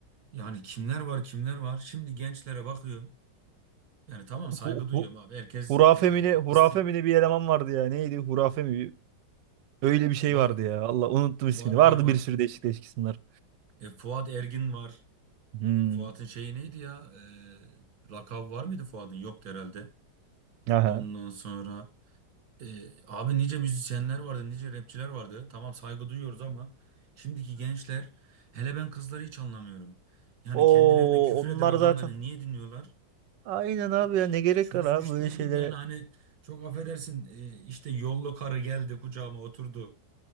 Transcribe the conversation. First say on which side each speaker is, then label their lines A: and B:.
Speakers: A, on the right (about 55°); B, on the right (about 80°).
A: yani kimler var kimler var? Şimdi gençlere bakıyorum. Yani tamam saygı
B: Hu,
A: duyuyorum
B: hu,
A: abi. Herkes
B: hurafe
A: e,
B: mi ne? Hurafe
A: isti
B: mi ne bir eleman vardı ya. Neydi? Hurafe mi? Öyle bir şey
A: var
B: vardı ya. Allah unuttum ismini.
A: var var
B: Vardı
A: var.
B: bir sürü değişik değişik isimler.
A: E, Fuat Ergin var.
B: Hmm.
A: Fuat'ın şeyi neydi ya? Ee, lakabı var mıydı Fuat'ın? Yoktu herhalde.
B: Aha.
A: Ondan sonra e, abi nice müzisyenler vardı, nice rapçiler vardı. Tamam saygı duyuyoruz ama şimdiki gençler hele ben kızları hiç anlamıyorum. Yani
B: Oo
A: kendilerine küfür
B: onlar
A: eden adamları
B: zaten.
A: niye dinliyorlar?
B: Aynen abi
A: Hiç
B: ya ne gerek
A: çözmüş
B: var abi böyle
A: değilim
B: şeylere.
A: yani hani çok affedersin e, işte yollu karı geldi kucağıma oturdu.